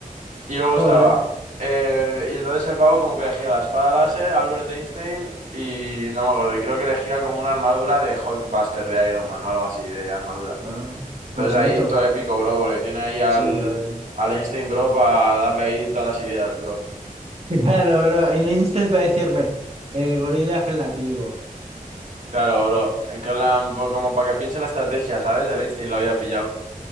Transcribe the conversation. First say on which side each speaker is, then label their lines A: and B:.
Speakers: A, on the right; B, on the right.
A: Y luego
B: joder,
A: estaba. eh, y entonces el pavo como que elegía la espada láser, Albert Einstein y no me acuerdo. Y creo que elegía como una armadura de Hulkbuster, de Iron Man o algo así, de armadura.
B: ah,
A: Entonces
B: cocheto,
A: ahí todo épico, bro, porque tiene ahí al,
B: sí, ya ves.
A: al Einstein, bro, para darle ahí todas las ideas, bro.
B: <laughs> Claro, bro, en el instant para decirle, el gorila es relativo,
A: Claro, bro. En plan, po- como para que piense la estrategia, ¿sabes? El Einstein lo había pillado.